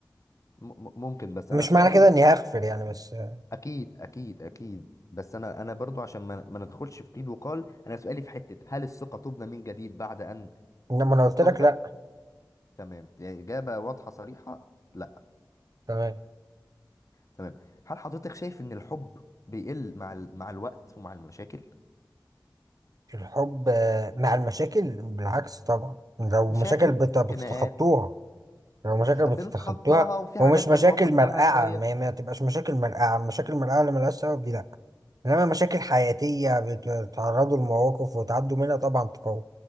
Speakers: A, on the left; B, on the right.
A: م- م- ممكن بس
B: مش
A: انا سؤالي
B: معنى كده
A: بس
B: اني هغفر يعني بس آه،
A: اكيد اكيد اكيد بس انا انا برضو عشان ما, ما ندخلش في قيل وقال انا سؤالي في حتة هل الثقة تبنى من جديد بعد ان
B: انما انا قلت
A: تهدم
B: لك لا
A: تمام يعني اجابة واضحة صريحة لا
B: تمام
A: تمام هل حضرتك شايف ان الحب بيقل مع ال... مع الوقت ومع المشاكل
B: الحب آه، مع المشاكل بالعكس طبعا لو
A: مشاكل
B: مشاكل بت- بتتخطوها
A: خناقات
B: لو مشاكل بتتخطوها
A: بنتخطاها وفي
B: ومش
A: حاجات بنقف
B: مشاكل
A: قدامها
B: مرقعة
A: شوية
B: ما ما تبقاش مشاكل مرقعة مشاكل
A: مم.
B: مرقعة اللي ملهاش سبب دي لأ إنما مشاكل حياتية بتتعرضوا لمواقف وتعدوا منها طبعا تقوي